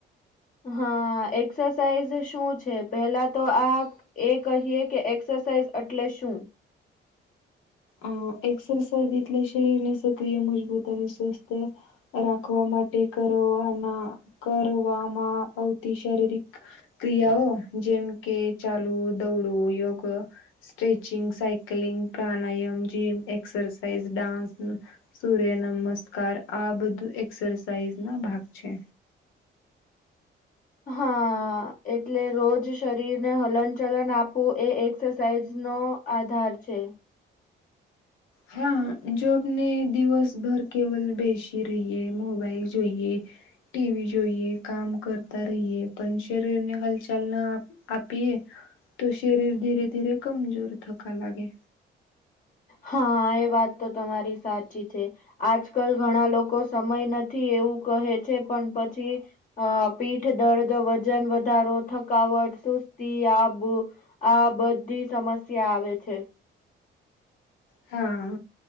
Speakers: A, on the left (about 40°); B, on the left (about 85°).
A: હા એક્સરસાઇઝ શું છે પેહલા તો આ એ કહીએ કે એક્સરસાઇઝ એટલે શું?
B: અ એક્સરસાઇઝલે શરીર ને સક્રિય મજબૂત અને સ્વસ્થ રાખવા માટે કરવાના કરવામાં આવતી શારીરિક ક્રિયાઓ જેમ કે ચાલવું દોડવું યોગ સ્ટ્રેચિંગ સાયકલિંગ પ્રાણાયામ જીમ એક્સરસાાઈઝ ડાન્સ સૂર્ય નમસ્કાર આ બધું એક્સરસાઇઝ ના ભાગ છે.
A: હા હ એટલે રોજ શરીર ને હલન ચલન આપવું એ એક્સરસાઇઝ નો આધાર છે.
B: હા જો આપને દિવસભર કેવલ બેસી રહીએ મોબાઈલ જોઈએ. ટીવી જોઈએ કામ કર રહીએ પણ શરીર ને હલચલ ના આપીએે. તો શરીર ધીરે ધીરે કમજોર થકા લાગે.
A: હા એ વાત તો તમારી સાચી છે. આજકાલ ઘણા લોકો સમય નથી એવું કહે છે પણ પછી અ પીઠ દર્દ વજન વધારો થકાવટ સુસ્તી આબુ આ બધી સમસ્યા આવે છે.
B: હા